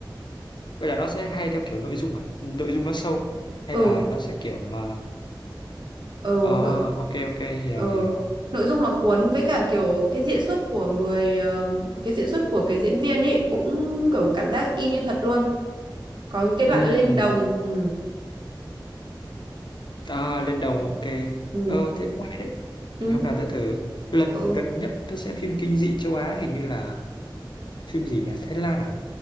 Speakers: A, on the left; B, on the right.
A: vậy là nó sẽ hay theo kiểu nội dung à Ừ, nội dung nó sâu hay
B: ừ
A: là nó sẽ kiểu mà
B: ờ
A: ờ,
B: nội
A: ok ok hiểu
B: ờ
A: hiểu
B: nội dung nó cuốn với cả kiểu cái diễn xuất của người ờ, cái diễn xuất của cái diễn viên ấy cũng kiểu cảm giác y như thật luôn có những cái
A: ừ,
B: đoạn lên đồng ừ
A: à, lên đồng ok
B: ừ
A: ờ thế cũng hay đấy
B: ừ,
A: Thì hôm nào tớ thử lần
B: ừ.
A: gần nhất tớ xem phim kinh dị châu Á hình như là phim gì nhỉ Thái Lan à